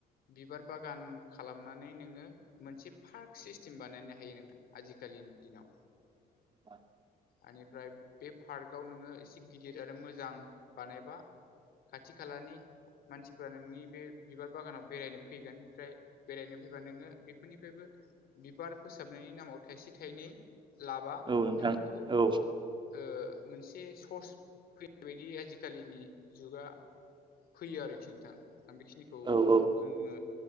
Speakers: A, on the left (about 60°); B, on the right (about 30°).
A: बिबार बाग गान खालामनानै नोङो मोनसे पार्क सिस्टेम बानायनो हायो नोंथां आजिखालिनि दिनाव
B: <inaudible>
A: आनिफ्राय बे पार्क आव नोङो एसे गिदिर आरो मोजां बानायबा खाथि खालानि मानसिफ्रा नोंनि बे बिबार बागानाव बेरायनो फैगोन ओमफ्राय बेरायनो फैबा नोङो बेफोरनिफायबो बिबार फोसाबनायनि नामाव थाइसे थाइनै लाबा
B: औ नोंथां
A: नोङो बहुद
B: औ
A: ओ मोनसे सर्स फैनाय बायदि आजिखालिनि जुगा फैयो आरोखि नोंथां आं बेखिनिखौ
B: औ औ
A: बुंनो